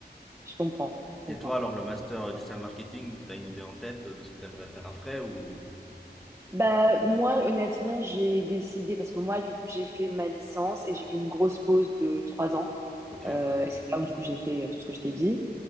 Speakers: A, on the right; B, in the centre.
A: Je comprends, je
B: Et
A: comprends.
B: toi, alors, le master digital marketing, t'as une idée en tête de ce que t'aimerais faire après ou...
A: Bah, moi, honnêtement, j'ai décidé, parce que moi, du coup, j'ai fait ma licence et j'ai fait une grosse pause de trois ans.
B: Ok,
A: Euh, et c'est là où, du coup, j'ai fait euh, tout ce que je t'ai dit.